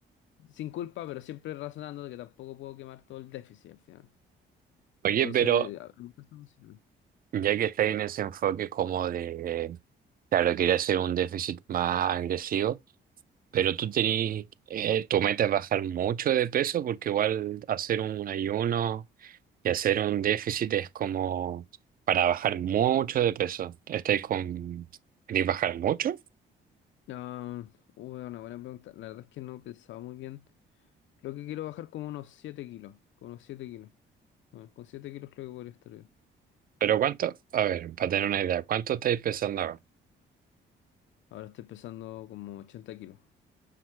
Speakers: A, on the left; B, on the right.
A: sin culpa, pero siempre razonando de que tampoco puedo quemar todo el déficit al final.
B: Oye,
A: Entonces,
B: pero
A: a- en mi caso me sirve.
B: ya que estáis en ese enfoque como de, claro, quería hacer un déficit más agresivo, pero tú tenés, eh, tu meta es bajar mucho de peso porque igual hacer un ayuno y hacer un déficit es como para bajar mucho de peso. ¿Estáis con, queréis bajar mucho?
A: Ah, uy, una buena pregunta. La verdad es que no he pensado muy bien. Creo que quiero bajar como unos 7 kilos. Como unos 7 kilos. Ah, con 7 kilos creo que podría estar bien.
B: Pero cuánto, a ver, para tener una idea, ¿cuánto estáis pesando ahora?
A: Ahora estoy pesando como 80 kilos.